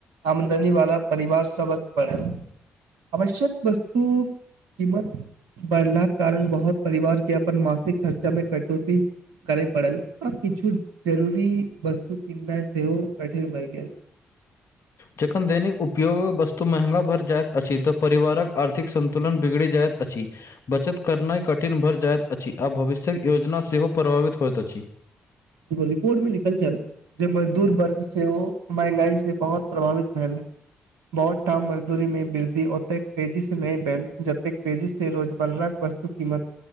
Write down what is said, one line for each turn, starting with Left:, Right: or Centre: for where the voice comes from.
Right: आमदनी वाला परिवारसभ परल, आवश्यक वस्तुक कीमत बढ़ला कारण बहुत परिवारके अपन मासिक खर्चामे कटौती करय पड़ल आ किछु जरूरी वस्तु किनाइ सेहो कठिन भऽ गेल।
Left: जखन दैनिक उपयोगक वस्तु महँग भरि जाइत अछि तऽ परिवारक आर्थिक। सन्तुलन बिगड़ि जाइत अछि। बचत करनाइ कठिन भऽ जाइत अछि आ भविष्यक योजना सेहो प्रभावित होइत अछि।
Right: रिपोर्टमे लिखल छल। जे मजदूर वर्ग सेहो महँगाईसँ बहुत प्रभावित भेल। बहुत ठाम मजदूरीमे वृद्धि ओतेक तेजीसँ नहि भेल जतेक तेजीसँ रोजमर्रा बस कीमत